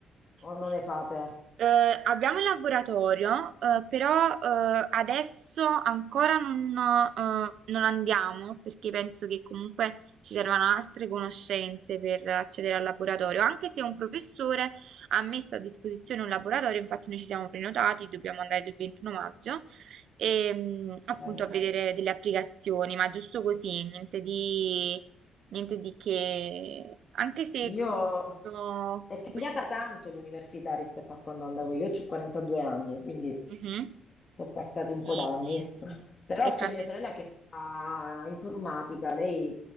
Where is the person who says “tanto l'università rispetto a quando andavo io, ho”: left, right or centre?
Left